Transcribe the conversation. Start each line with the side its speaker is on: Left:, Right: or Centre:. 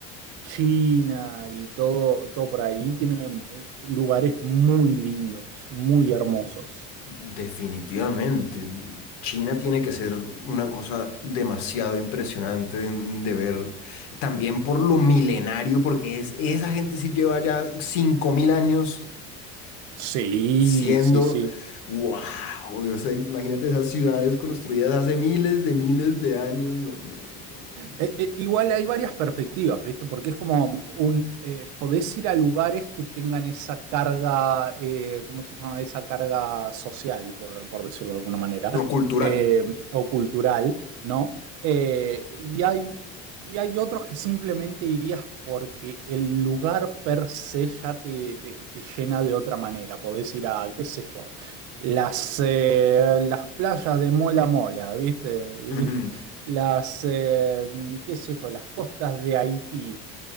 Right: China y todo, todo por ahí, tiene eh, lugares muy lindos, muy hermosos.
Left: Definitivamente. China tiene que ser una cosa demasiado impresionante de, de ver. También por lo milenario, porque es, esa gente sí lleva ya 5.000 años
Right: Sí,
Left: siendo...
Right: sí, sí.
Left: ¡Wow! O sea, imagínate esas ciudades construidas hace miles de miles de años. No, no, no, no.
Right: Eh, eh, igual hay varias perspectivas, ¿viste? Porque es como un, eh, podés ir a lugares que tengan esa carga, eh, ¿cómo se llama? Esa carga social, por, por decirlo de alguna manera,
Left: no, Cultural.
Right: eh, o cultural, ¿no? Eh, y hay, y hay otros que simplemente irías porque el lugar per se ya te, te- te llena de otra manera. Podés ir a, qué sé yo, las, eh, las playas de Mola Mola, ¿viste?
Left: Ujú.
Right: <laughs> las, eh, qué sé yo, las costas de Haití